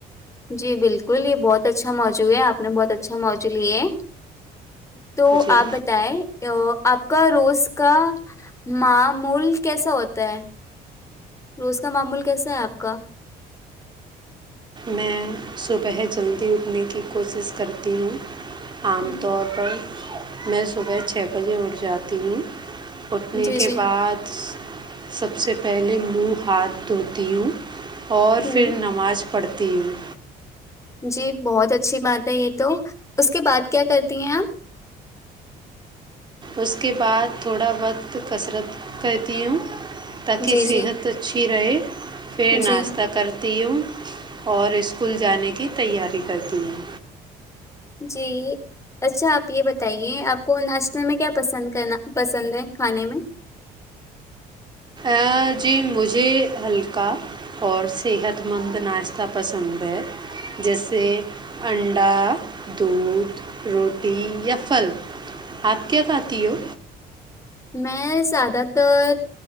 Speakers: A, on the left; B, on the right.
A: جی بالکل یہ بہت اچھا موضوع ہے آپ نے بہت اچھا موضوع لیے ہے تو
B: جی
A: آپ بتائیں آپ آپ کا روز کا معمول کیسا ہوتا ہے روز کا معمول کیسا ہے آپ کا
B: میں صبح جلدی اٹھنے کی کوشش کرتی ہوں عام
A: ہم،
B: طور پر میں صبح چھ بجے اٹھ جاتی ہوں اٹھنے
A: جی
B: کے
A: جی
B: بعد سب سے پہلے مروہ ہاتھ دھوتی ہوں اور
A: ہ
B: پھر نماز پڑتے تین
A: جی بہت اچھی بات ہے یہ تو اس کے بعد کیا کرتی ہیں آپ
B: اس کے بعد تھوڑا وقت کسرت کرتی ہوں تاکہ
A: جی
B: صحت
A: جی
B: اچھی رہے پھر ناشتہ
A: جی
B: کر تی ہوں اور اسکول جانے کی تیاری کرتی ہوں
A: جی اچھا آپ یہ بتائیے آپ کو ناشتے میں کیا پسند کرنا پسند ہے کھانے میں
B: ہ جی مجھے ہلکا اور صحت مند ناشتہ پسند ہے جیسے انڈا دودھ روٹی یا پھل آپ کیا کھاتی ہو
A: میں زیادہ تر